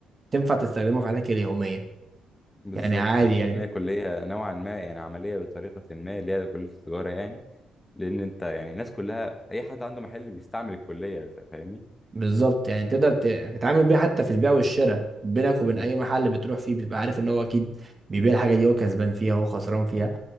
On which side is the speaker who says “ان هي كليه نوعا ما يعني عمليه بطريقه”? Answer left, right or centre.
Left